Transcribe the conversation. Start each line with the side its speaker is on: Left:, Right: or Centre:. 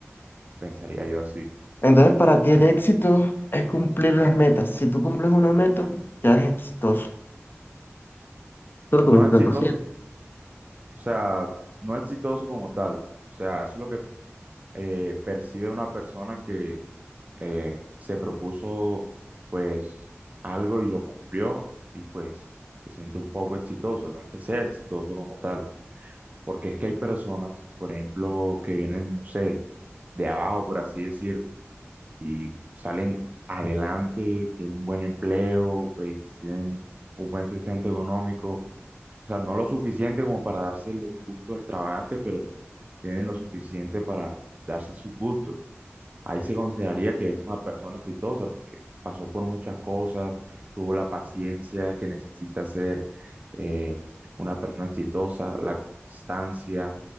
Right: pensaría yo así.
Left: Entonces, para ti el éxito es cumplir las metas. Si tú cumples una meta, ya eres exitoso. Eso es lo
Right: No
Left: que me intentas
Right: exitoso,
Left: decir.
Right: o sea, no exitoso como tal. O sea, eso es lo que eh, percibe una persona que eh, se propuso pues algo y lo cumplió y pues se siente un poco exitoso. No es que sea exitoso como tal, porque es que hay personas, por ejemplo, que vienen, no sé, de abajo, por así decir, y salen adelante, tienen un buen empleo, pues tienen un buen sustento económico. O sea, no lo suficiente como para darse los gustos extravagantes, pero tienen lo suficiente para darse sus gustos ahí se consideraría que es una persona exitosa porque pasó por muchas cosas, tuvo la paciencia que necesita ser eh, una persona exitosa, la constancia,